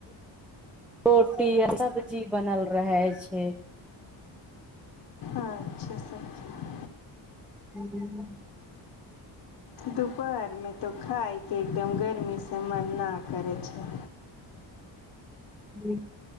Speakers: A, in the centre; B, on the left.
A: रोटी आ सब्जी बनल रहै छै।
B: अच्छा सखी
A: हुं।
B: दुपहरमे त खायके एकदम गर्मी से मन ना करै छै।
A: हुं